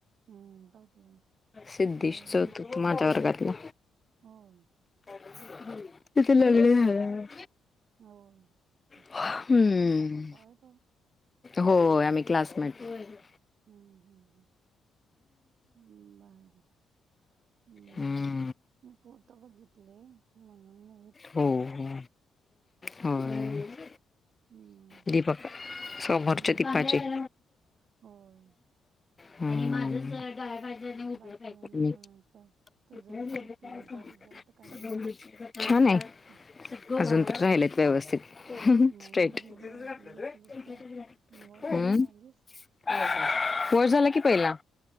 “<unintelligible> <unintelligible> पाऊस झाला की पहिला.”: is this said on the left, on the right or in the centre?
Left